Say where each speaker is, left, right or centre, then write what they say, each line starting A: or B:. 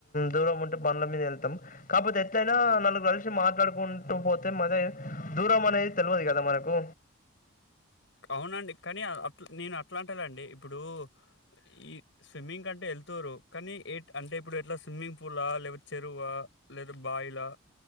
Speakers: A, on the left; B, on the left.
A: దూరం ఉంటే బండ్ల మీద వెళ్తాం కాకపోతే ఎట్లయినా నలుగురులిసి మాట్లాడుకుంటూ పోతే మజ ఏ దూరం అనేది తెలియదు కదా మనకు
B: అవునండి కానీ అట్ నేను అట్లా అంటేలాండి ఇప్పుడు ఈ స్విమ్మింగ్ అంటే వెళ్తారు కానీ అంటే ఇప్పుడు ఎట్లా స్విమ్మింగ్ ఫూల్ లా లేదా చెరువా లేదా బాయిలా